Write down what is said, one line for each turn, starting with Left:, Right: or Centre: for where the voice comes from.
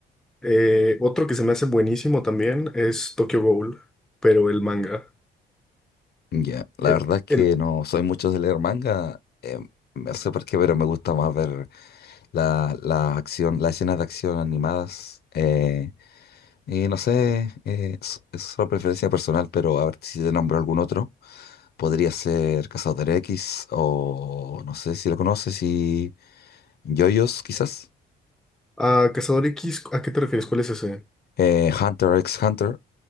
Centre: Eh, otro que se me hace buenísimo también es Tokyo Ghoul, pero el manga.
Left: Ya, La
Centre: Eh,
Left: verdad es que
Centre: El,
Left: no soy mucho de leer manga, eh, no sé por qué, pero me gusta más ver la, la acción, las escenas de acción animadas. eh, y no sé, eh, es, es solo preferencia personal, pero a ver si te nombro algún otro. Podría ser Cazador X o no sé si lo conoces, y JoJo's quizás.
Centre: ah, Cazador X, ¿a qué te refieres? ¿Cuál es ese?
Left: eh, Hunter x Hunter.